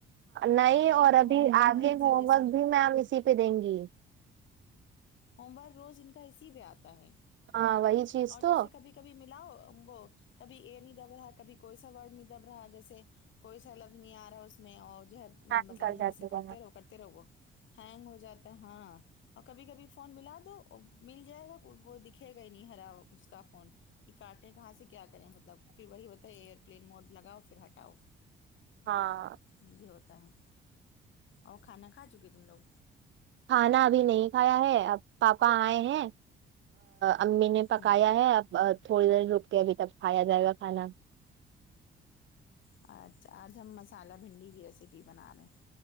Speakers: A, on the right; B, on the left.
A: نہیں
B: ہینگ
A: اور
B: بھی ہونے
A: ابھی
B: لگا
A: آگے
B: ہے مطلب
A: ہوم
B: جیسے
A: ورک بھی میم اسی پہ دیں گی
B: ہوم ورک روز ان کا اسی پہ آتا ہے
A: ہاں وہی چیز
B: اور
A: تو
B: جیسے کبھی کبھی ملاؤ وہ کبھی اے نہیں دب رہا کبھی کوئی سا ورڈ نہیں دب رہا جیسے کوئی سرلبظ نہیں آ رہا ہے اس میں اور جو ہے
A: ہینگ
B: مطلب
A: کر
B: انگلی
A: جاتے
B: سے کرتے رہو کرتے رہو ہینگ ہو جاتا ہے ہاں اور کبھی کبھی فون ملا دو مل جائے گا وہ دکھے گئے نہیں ہرا اس کا فون کہ کاٹیں کہاں سے کیا کریں مطلب پھر وہی ہوتا ہے ایئر پلین موڈ لگاؤ پھر ہٹاؤ
A: ہاں
B: یہ ہوتا ہے اور کھانا کھا چکے تم لوگ
A: کھانا ابھی نہیں کھایا ہے اب پاپا آئے ہیں امی نے پکایا
B: ہوں
A: ہے اب تھوڑی دیر رک کے ابھی تک کھایا جائے گا کھانا
B: اچھا آج ہم مسالہ بھنڈی کی ریسیپی بنا رہے ہیں